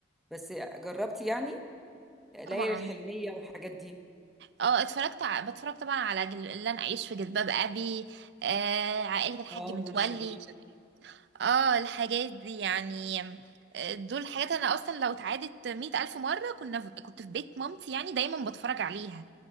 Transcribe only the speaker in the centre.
بس جربتي يعني ليالي
الحلميه والحاجات دي
اه
نور شريف